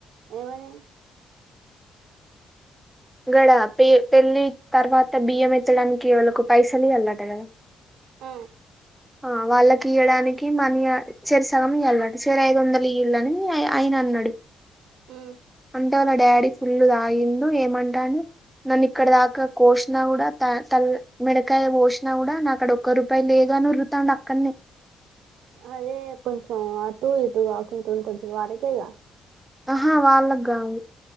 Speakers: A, on the right; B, in the centre.
A: ఏమని
B: గడ పె పెళ్ళి తర్వాత బియ్యం ఎత్తడానికి ఎవలకో పైసలు ఇయ్యాల్లట గదా
A: ఉ
B: ఆ వాళ్ళకి ఇయడానికి మనీ చెరి సగం మియాలట చెరి ఐదు వందలు ఇయ్యూల్లి అని ఆయన అన్నాడు
A: ఉ
B: అంటే వాళ్ళ డాడీ ఫుల్ తాగిండు ఏమంటండు నన్ను ఇక్కడ దాకా కోసినా కూడా తల్ మెడకాయ కోసినా కూడా నాకాడ ఒక్క రూపాయి లేదు అని ఓరు తండు అక్కనే
A: అదే కొంచెం అటు ఇటుగాకుంటూ ఉంటుంది వాడకేగా
B: ఆ వాళ్ళకి కాదు